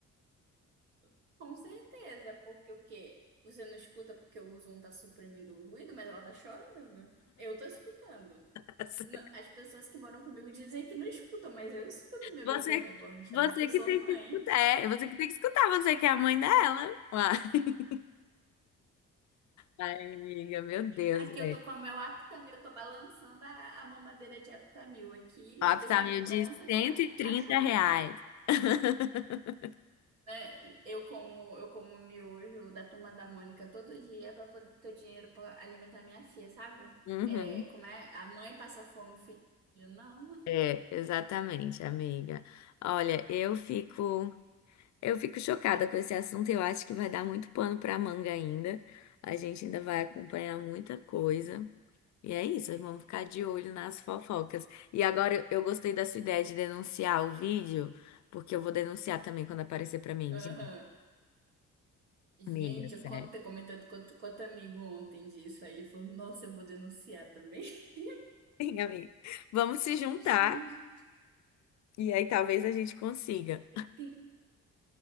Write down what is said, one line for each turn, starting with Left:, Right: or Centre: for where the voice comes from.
Right: <laughs> Com certeza, porque o quê? Você não escuta porque o Zoom tá suprimindo o ruído, mas ela tá chorando. Eu tô escutando.
Left: <laughs>
Right: Não, As pessoas que moram comigo dizem que não escutam, mas eu escuto minha
Left: Você
Right: bebê reborn chorar
Left: você
Right: porque eu
Left: que
Right: sou
Left: tem
Right: mãe.
Left: que escutar, é, você que tem que escutar, você que é a mãe dela. Uai. <laughs> Ai, amiga, meu Deus,
Right: Aqui
Left: velho.
Right: eu tô com o meu Aptamil, eu tô balançando a, a mamadeira de Aptamil aqui,
Left: O Optamil
Right: deixando pronta
Left: de
Right: que
Left: cento
Right: ela
Left: e trinta
Right: tá chorando.
Left: reais. <laughs>
Right: né? eu como eu como miojo da Turma da Mônica todo dia pra poder ter o dinheiro pra alimentar minha filha, sabe?
Left: Uhum.
Right: É, como é? A mãe passa fome, o filho não.
Left: É, exatamente, amiga. Olha, eu fico. Eu fico chocada com esse assunto. Eu acho que vai dar muito pano para manga ainda. A gente ainda vai
Right: Uhum.
Left: acompanhar muita coisa. E é isso, vamos ficar de olho nas fofocas. E agora eu eu gostei da sua ideia de denunciar o vídeo, porque eu vou denunciar também quando aparecer para mim,
Right: Aham.
Left: gente.
Right: Gente,
Left: Amiga,
Right: eu
Left: sério.
Right: contei, comentei com outro com outro amigo ontem disso, aí ele falou, nossa, eu vou denunciar também. <laughs>
Left: Sim, amiga. Vamos se juntar
Right: Gente,
Left: e aí talvez a gente consiga.
Right: tem